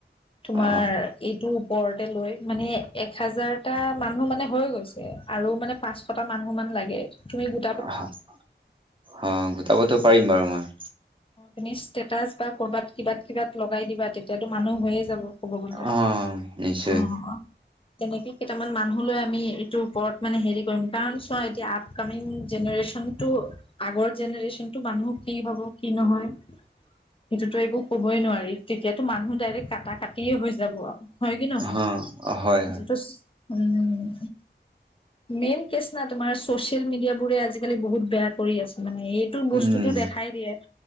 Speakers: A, on the left; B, on the right.
A: তোমাৰ
B: অ
A: এইটো ওপৰতে লৈ মানে এক হাজাৰটা মানুহ মানে হৈ গৈছে। আৰু মানে পাঁচশটা মানুহ মান লাগে। তুমি গোট
B: অ, গোটাবতো পাৰিম বাৰু মই।
A: তুমি ষ্টেচ বা কৰ'বাত কিবাত- কিবা লগাই দিবা, তেতিয়াতো মানুহ হৈয়ে যাব। ক'ব গলে,
B: অ নিশ্চয়
A: অ, অ। তেনেকে কেইটামান মানুহ লৈ আমি এইটোৰ ওপৰত মানে হেৰি কৰিম। কাৰণ চোৱা এতিয়া আ আপকামিং জেনেৰেচনটো, আগৰ জেনেৰেচন টো মানুহ কি হ'ব, কি নহয়। সেইটোতো একো কবই নোৱাৰি। তেতিয়াতো মানুহ ডাইৰেক্ট কাটা কাটিয়ে হৈ যাব আৰু। হয় নে নহয়?
B: অ হয় হয়
A: যতেষ্ঠ, উম। মেইন কেছ না, তোমাৰ চচিয়েল মিডিয়াবোৰে আজিকালি বহুত বেয়া কৰি আছে মানে। এই বস্তুতটো
B: উম
A: দেখাই দিয়ে।